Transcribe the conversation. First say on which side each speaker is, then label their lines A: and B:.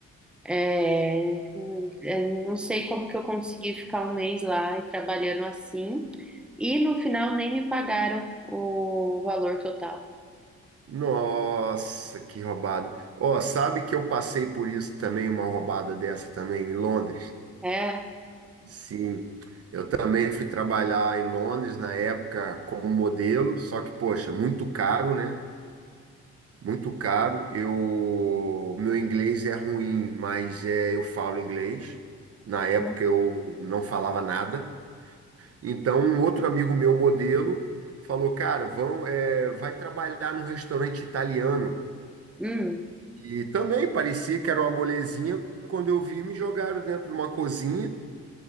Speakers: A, in the centre; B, on the right (about 50°).
A: É, eu não sei como que eu consegui ficar um mês lá e trabalhando assim. E no final nem me pagaram o valor total.
B: Nossa, que roubada. Ó, sabe que eu passei por isso também, uma roubada dessa também em Londres?
A: É.
B: Sim. Eu também fui trabalhar em Londres na época como modelo, só que, poxa, muito caro, né? Muito caro. Eu, meu inglês é ruim, mas é, eu falo inglês. Na época
A: uhum,
B: eu não falava nada. Então, um outro amigo meu, modelo, falou: Cara, vão, é, vai trabalhar num restaurante italiano.
A: hum,
B: E também parecia que era uma molezinha. Quando eu vi, me jogaram dentro de uma cozinha.